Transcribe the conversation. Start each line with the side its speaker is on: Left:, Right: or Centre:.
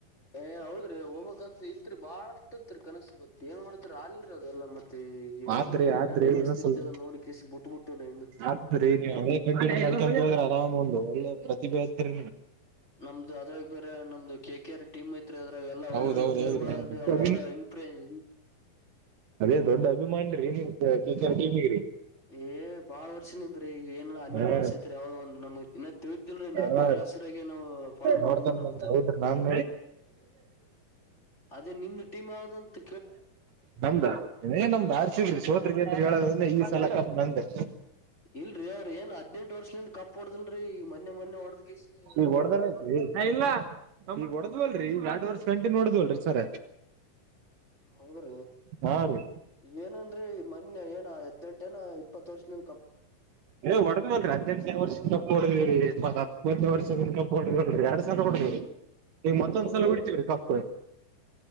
Left: ಏ ಹೌದ್ರಿ ಹೋಗವಾಗಂತ ಇತ್ರಿ ಬಾಳಷ್ಟತ್ರಿ ಕನಸು ಬತ್ತ ಏನ್ ಮಾಡ್ತರಿ ಆಾಲರದಲ್ಲ ಮತ್ತೆ. ಈ
Right: ಆತ್ರಿ
Left: ಮನ
Right: ಆತ್ರಿ
Left: ಪರಿಸ್ಥಿತಿ
Right: ಏನಲ್ಪ
Left: ನೋಡಿ ಕಿಸಿ ಬಿಟ್ಟ ಬಿಟ್ಟವ್ರಿ
Right: ಆತ್ರಿ <unintelligible> ್ರ ಆರಾಮ್ ಒಂದು ಒಳ್ಳೆ ಪ್ರತಿಭೆ ಆತ್ರಿ.
Left: ನಮ್ದು ಅದ್ರಾಗ ಬೇರೆ ನಮ್ದು ಕೆ ಕೆ ಆರ್ ಟೀಮ್ ಐತ್ರಿ ಅದ್ರಾಗ ಎಲ್ಲ
Right: ಹೌದೌದೌದ್ರಿ
Left: ಒಳ್ಳೆ ಒಳ್ಳೆ ಪ್ಲೇರ್ಗಳ ಆತ್ರಿ ಅವ್ರೆಲ್ಲಾ. ಪ್ರೇನ್
Right: ಅದೇ ದೊಡ್ಡ ಅಭಿಮಾನಿ ರೀ ಕೆಕೆಆರ್ ಟೀಮಿಗ್ರಿ.
Left: ಏ್ ಬಾಳ್ ವರ್ಷ ನಿನ್ ರೀ ಈಗ ಏನು ಹನ್ನೆರಡ್
Right: ಹ
Left: ವರ್ಷ ಐತ್ರಿ ಯಾವ್ದೋ ಒಂದ ನಮ್ ಇನ್ನ ತಿಳಿದಿಲ್ರಿ ನಾಲ್ಕನೇ
Right: ಹಾ
Left: ಕ್ಲಾಸ್ ನಾವು ಫಾಲೋ ಮಾಡ್ಕೊಂಡು
Right: ನೋಡ್ತನ್
Left: ಬರ
Right: ಬಂದೆ
Left: ಹತ
Right: ಹೌದ್ರಿ ನಾನ್
Left: ಅದೇ ನಿಮ್. ಟೀ ಮಾಡದನ್ ಅಂತ.
Right: ನಮ್ದ ಏನ್ ನಮ್ದು ಆರ್ಸಬ್ರಿ ಸೋತ್ರಿ ಗೆದ್ ರೀ. ಹೇಳೋದಂದೆ ಈ ಸಲ ಕ ನಂದೆ.
Left: ಇಲ್ರರಿ ಅವ್ರ ಏನ್ ಹದ್ನೆಂಟ ವರ್ಷದಿಂದ ಕಪ್ ಹೊಡದಲ್ರರಿ ಈ ಮನೆ ಮನೆ ಹೊಡದ ಕಸ
Right: ಈಗ
Left: ಬಾಳ
Right: ಹೊಡದಾರಲ್ರಿ
Left: ದಿಮಾ್ ಮಾಡುದ.
Right: ಇಲ್ಲ ನಮ ನಡ್ವಲ್ರಿ ಎರಡ್ ವರ್ಷ ಗಂಟ ನೋಡದ್ವಲ್ರರಿ ಸರ.
Left: ಹೌದ್ರಿ
Right: ಹಾ ರೀ
Left: ಏನನ್್ರಿ. ಮೊನ್ನೆ ಏನ ಎದ್ ಗಂಟೆನ ಇಪ್ಪತ್ತು ವರ್ಷದಿಂದ.
Right: ಏ ಹೊಡೆದಲ್ವರಿ ಮಾಡರಿ ಹದ್ೆಂಟನ ವರ್ಷ ಕೊಡದವೀ. ಮ ಹತ್ತತ್ತ್ತತ್ ವರ್ಷದ ಕಪ್ಪ ಹೊಡೆದರು ಯಾಡ್ ಸಲ ಕೊಡ್ರಿ. ಈಗ ಮತ್ತೊಂದ್ಸಲ
Left: ಹೌದ್ರಿ
Right: ಹಡ್ತೀವ್ರಿ ಕಪ್.